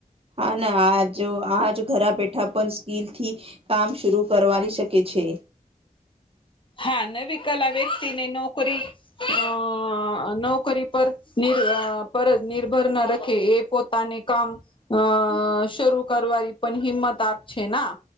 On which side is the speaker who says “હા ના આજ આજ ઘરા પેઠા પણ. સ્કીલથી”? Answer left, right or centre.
Right